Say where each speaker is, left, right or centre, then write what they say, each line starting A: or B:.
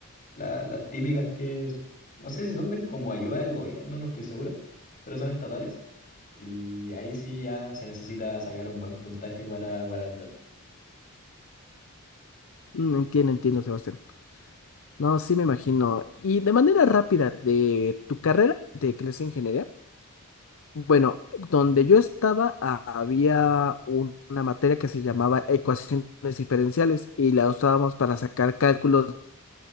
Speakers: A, on the left; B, on the left.
A: la- las típicas que, no sé si son de como ayuda del gobierno, no estoy seguro, pero son estatales y ahí sí ya se necesita sacar un buen puntaje para, para entrar.
B: Mm, Entiendo, entiendo, Sebastián. No, sí me imagino. Y de manera rápida, de tu carrera de clase de ingeniería, Bueno, donde yo estaba ha- había un- una materia que se llamaba ecuaciones diferenciales y la usábamos para sacar cálculos